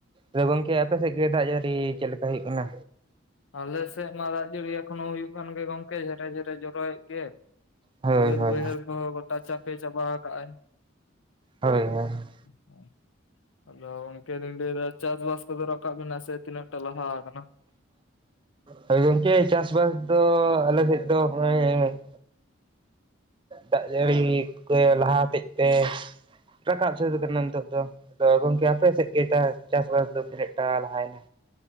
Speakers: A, on the right; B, on the left.
A: ᱟᱫᱚ ᱜᱚᱝᱠᱮ ᱟᱯᱮ ᱥᱮᱫ ᱜᱮ ᱫᱟᱜ ᱡᱟᱹᱲᱤ ᱪᱮᱫ ᱞᱮᱠᱟ ᱦᱩᱭᱩᱜ ᱠᱟᱱᱟ?
B: ᱟᱞᱮ ᱥᱮᱫ ᱢᱟ ᱫᱟᱜ ᱡᱟᱹᱨᱤᱭᱟ ᱮᱠᱷᱚᱱᱚ ᱦᱩᱭᱩᱜ ᱠᱟᱱ ᱜᱮ ᱜᱚᱝ ᱠᱮ ᱡᱷᱮᱨᱮ ᱡᱷᱮᱨᱮ ᱡᱚᱨᱚᱭᱮᱫ ᱜᱮ
A: ᱦᱳᱭ
B: ᱵᱟᱹᱫ
A: ᱦᱳᱭ
B: ᱵᱟᱹᱭᱦᱟᱹᱲ ᱠᱚᱦᱚᱸ ᱜᱚᱴᱟ ᱪᱟᱯᱮ ᱪᱟᱵᱟ ᱟᱠᱟᱫ ᱟᱭ ᱾
A: ᱦᱳᱭ ᱦᱳᱭ ᱾
B: <unintelligible> ᱟᱫᱚ ᱜᱚᱝᱠᱮ ᱞᱤᱧ ᱞᱟᱹᱭ ᱮᱫᱟ ᱪᱟᱥ ᱵᱟᱥ ᱠᱚᱫᱚ ᱨᱟᱠᱟᱵ ᱮᱱᱟ ᱥᱮ ᱛᱤᱱᱟᱹᱜ ᱴᱟ ᱞᱟᱦᱟ ᱟᱠᱟᱱᱟ?
A: ᱦᱳᱭ ᱜᱚᱝᱠᱮ ᱪᱟᱥ ᱵᱟᱥ ᱫᱚ ᱟᱞᱮ ᱥᱮᱫ ᱫᱚ ᱦᱚᱸᱚᱭ ᱫᱟᱜ ᱡᱟᱹᱲᱤ ᱠᱚᱭ ᱞᱟᱦᱟ ᱦᱚᱛᱮᱫ ᱛᱮ ᱨᱟᱠᱟᱵ ᱥᱟᱹᱛ ᱠᱟᱱᱟ ᱱᱤᱛᱚᱜ ᱫᱚ ᱾ ᱟ ᱜᱚᱝᱠᱮ ᱟᱯᱮ ᱥᱮᱫ ᱜᱮ ᱪᱟᱥ ᱵᱟᱥ ᱫᱚ ᱛᱤᱱᱟᱹᱜ ᱴᱟ ᱞᱟᱦᱟ ᱭᱮᱱᱟ?